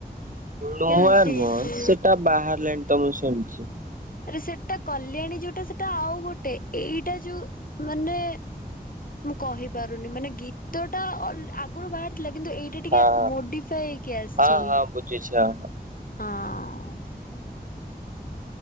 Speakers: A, on the right; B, on the left.
A: ନୂଆ
B: କ୍ୟା ଫିର୍
A: ନୁହଁ
B: ତୁ
A: ସେଟା ବାହାରିଲାଣି ତ ମୁଁ ଶୁଣିଛି।
B: ଆରେ ସେଟା କଲ୍ୟାଣୀ ଯୋଉଟା ସେଟା ଆଉ ଗୋଟେ ଏଇଟା ଯୋଉ ମାନେ ମୁଁ କହିପାରୁନି ମାନେ ଗୀତ ଟା ଆଗରୁ ବାହାରିଥିଲା କିନ୍ତୁ ଏଇ ଏଇଟା ଟିକେ
A: ହଁ।
B: ମୋଡିଫାଇ ହେଇକି ଆସିଛି
A: ହଁ ହଁ ବୁଝୁଛି ହଁ
B: ହଁ।